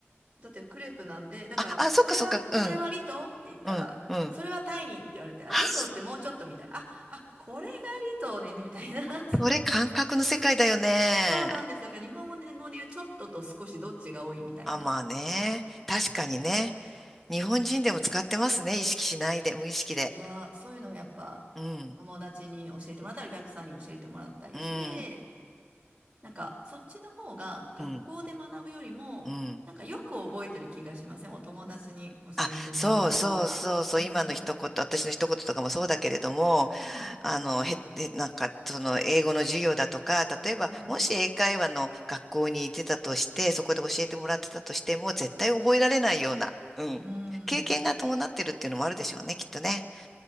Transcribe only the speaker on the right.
だってクレープなんで、だから、
これは、
これはリトーって言ったら、
それはタイニーって言われて、あ、
リトーってもうちょっとみたいな。あ、あ、これがリトーね、みたいな。<laughs> そう、
そうなんですよ。だから日本語で語で言うちょっとと少しどっちが多いみたいな。
いやー、そういうのをやっぱ
友達に教えてもらったり、お客さんに教えてもらったりして、
なんかそっちの方が学校で学ぶよりも、
なんかよく覚えてる気がしません。お友達に教えてもらった方が。
うん。
はい。
うん。
うん。